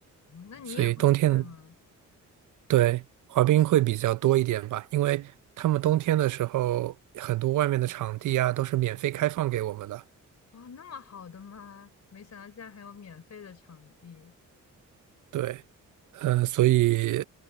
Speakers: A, on the left; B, on the right.
A: 哦，那你也会去吗？
B: 所以冬天对滑冰会比较多一点吧，因为他们冬天的时候，很多外面的场地啊都是免费开放给我们的。
A: 哦，那么好的吗？没想到竟然还有免费的场地，
B: 对，嗯、呃所以